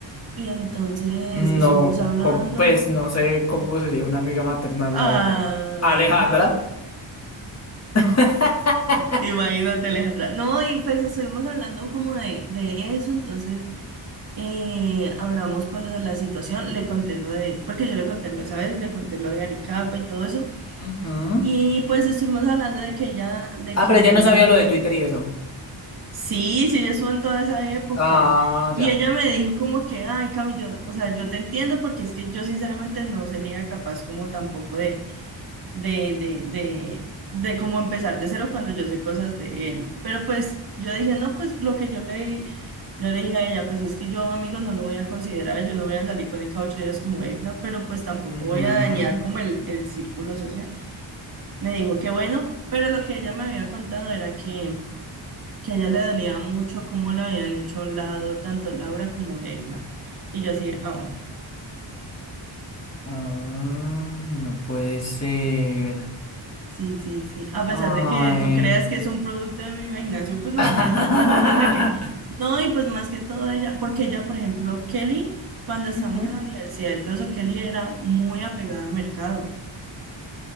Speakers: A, on the right; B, on the left.
A: y entonces
B: No,
A: estuvimos hablando.
B: com- pues no sé cómo sería una amiga maternal,
A: Ay,
B: la verdad. Alejandra.
A: no.
B: <laughs>
A: Imagínate, Alejandra. No, y pues estuvimos hablando como de, de eso, entonces eh, hablamos por lo de la situación, le conté lo de, porque yo le conté lo de esa vez, le conté lo de Aricapa y todo eso,
B: Ujú.
A: y pues estuvimos hablando de que ella, de
B: Ah,
A: que
B: pero ya no
A: ella,
B: sabía lo de Twitter y eso.
A: sí, sí, ella estuvo en toda esa época,
B: Ah,
A: y
B: ya.
A: ella me dijo como que, ay, Cami, yo, o sea, yo te entiendo porque es que yo sinceramente no sería capaz como tampoco de de, de, de, de cómo empezar de cero cuando yo sé cosas de él. Pero pues yo dije, no, pues lo que yo le, yo le dije a ella, pues es que yo, amigo, no lo voy a considerar, yo no voy a salir con el cada ocho días como Egna, pero pues tampoco
B: Ujú.
A: voy a dañar como el, el círculo social. Me dijo que bueno, pero lo que ella me había contado era que, que a ella le dolía mucho cómo la habían hecho a un lado tanto Laura como Egna. Y yo así, de, "Ah".
B: Ay, no puede ser.
A: Sí, sí, sí. A
B: Ay.
A: pesar de que tú creas que es un producto de mi imaginación, pues nosotros
B: <laughs>
A: es un punto en el que, no, y pues más que todo ella, porque ella, por ejemplo, Kelly, cuando estábamos
B: Ujú.
A: en la universidad y todo eso, Kelly era muy apegada a Mercado.